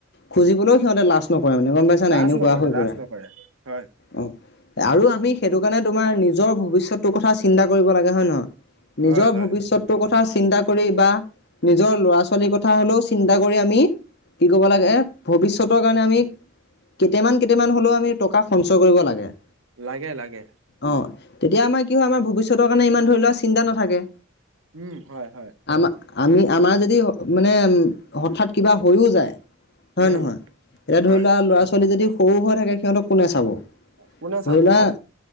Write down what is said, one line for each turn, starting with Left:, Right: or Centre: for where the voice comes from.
Left: খুজিবলৈও সিহঁতে লাজ নক ৰে মানে গম পাইছা
Right: লাজ
Left: নাই এনেকোৱা
Right: নকৰে,
Left: হৈ
Right: লাজ
Left: পৰে
Right: নকৰে, হয়,
Left: অ আৰু আমি সেইটো কাৰণে তোমাৰ নিজৰ ভৱিষ্যতটোৰ কথা চিন্তা কৰিব লাগে হয় নে নহয় নিজৰ
Right: হয়, হয়,
Left: ভৱিষ্যতটোৰ কথা চিন্তা কৰি বা নিজৰ ল'ৰা-ছোৱালীৰ কথা হ'লেও চিন্তা কৰি আমি কি ক'ব লাগে ভৱিষ্যতৰ কাৰণে আমি কেইটামান-কেইটামান হ'লেও আমি টকা সঞ্চয় কৰিব লাগে।
Right: লাগে লাগে।
Left: অ তেতিয়া আমাৰ কি হয় আমাৰ ভৱিষ্যতৰ কাৰণে ইমান ধৰি লোৱা চিন্তা নাথাকে।
Right: উম হয় হয়।
Left: আমা আমি আমাৰ যদি মানে হঠাৎ কিবা হৈও যায়। হয়
Right: উম,
Left: নহয় এতিয়া ধৰি
Right: হয়,
Left: লোৱা ল'ৰা- ছোৱালী যদি সৰু হৈ থাকে সিহঁতক কোনে চা- চাব
Right: কোনে
Left: ধৰি
Right: চাব
Left: লোৱা
Right: অ',